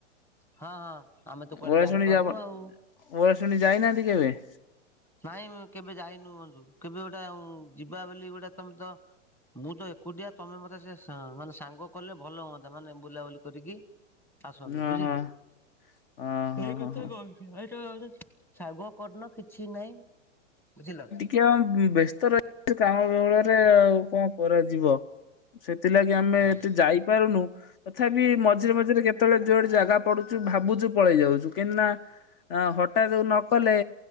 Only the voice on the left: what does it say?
ଓଳାଶୁଣି
ଯା <unintelligible> ବ ଓଳାଶୁଣି
ଯାଇନାହାନ୍ତି କେବେ?
ହଁ
ହଁ ହଁ ହଁ
ହଁ ହଁ।
କିଅ ବ୍ୟସ୍ତ ରହି କାମ ବଳରେ ଆଉ କଣ କରାଯିବ। ସେଥିଲାଗି ଆମେ
ଏଠି ଯାଇପାରୁନୁ ତଥାପି ମଝିରେ ମଝିରେ କେ ଯେତେଳେ ଯୁଆଡେ ଜାଗା ପଡୁଚୁ ଭାବୁଚୁ ପଳେଇ ଯାଉଚୁ କି ନା ହଠାତ୍ ଉ ନ କଲେ